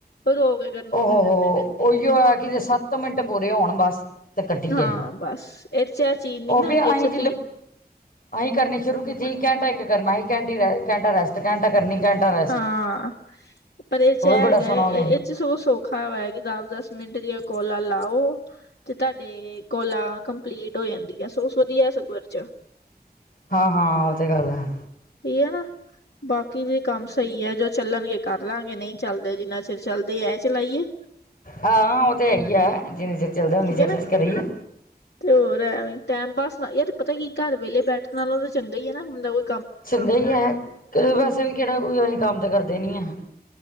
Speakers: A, on the left; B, on the left.
A: ਰੋਗ ਹੈ।
B: ਹ ਹੋ ਉਹੀਓ ਹੋਇਆ ਕਿਤੇ ਸੱਤ ਮਿੰਟ ਪੂਰੇ ਹੋਣ ਬਸ। ਤੇ ਕੱਟੀਏ
A: ਹਾਂ ਬੱਸ ਇਹ ਚ ਚੀਨੀ
B: ਉਹ
A: ਨਾ
B: ਵੀ
A: ਅ ਗਗੇ
B: ਅਸੀਂ
A: ਚ
B: ਜਿਲੇ
A: ਤੁਂ
B: ਅਸੀਂ ਕਰਨੇ ਸ਼ੁਰੂ ਕੀਤੇ ਸੀ ਘੰਟਾ ਇੱਕ ਕਰਨਾ ਅਸੀ ਘੰ ਘੰਟਾ ਰੈਸਟ ਘੰਟਾ ਕਰਨੀ ਘੰਟਾ ਰ
A: ਹਾਂ ਪਰ ਇਹ ਚ ਹੈਗਾ
B: ਬੜਾ ਸੋਹਣਾ
A: ਇਹ
B: ਹੋ ਗਿਆ ਸੀ
A: ਚ ਸੌ ਸੌ ਔਖਾ ਹੋਇਆ ਕਿ ਦਸ ਦਸ ਮਿੰਟ ਦੀਆਂ ਕੋਲਾਂ ਲਾਓ। ਤੇ ਤੁਹਾਡੇ ਕੋਲਾਂ ਕੰਪਲੀਟ ਹੋ ਜਾਂਦੀ ਆ ਸੋਸ ਵਧੀਆ ਸਗਰ ਚ
B: ਹਾਂ-ਹਾਂ ਉਹ ਤੇ ਗੱਲ ਹੈ।
A: ਏਹੀ ਨਾ ਬਾਕੀ ਵੀ ਕੰਮ ਸਹੀ ਹੈ ਜੋ ਚੱਲਣਗੇ। ਕਰ ਲਾਂਗੇ ਨਹੀਂ ਚੱਲਦੇ ਜਿੰਨਾ ਚਿਰ ਚੱਲਦੇ ਐ ਚਲਾਈ ਏ।
B: ਹਾਂ ਉਹ ਤੇ ਹੈ ਹੀ ਆ ਜਿੰਨੀ ਚਿਰ ਚੱਲਦਾ ਉਨੀ
A: ਠੀਕ
B: ਚਿਰ
A: ਹੈ ਨਾ
B: 'ਚ ਕਰੀਏ।
A: ਤੇ ਹੋਰ ਐ ਟੈਮ ਪਾਸ ਨਾ ਯਾਰ ਤੇ ਪਤਾ ਕੀ ਘਰ ਵੇਲੇ ਬੈਠਣ ਵਾਲਾ ਤਾਂ ਚੰਗਾ ਹੈ ਨਾ ਬੰਦਾ ਕੋ
B: ਚੰਗਾ ਹੀ ਹੈ ਵੈਸੇ ਵੀ ਕਿਹੜਾ ਕੋਈ ਅਸੀਂ ਕੰਮ ਤਾਂ ਕਰਦੇ ਨੀ ਆਂ।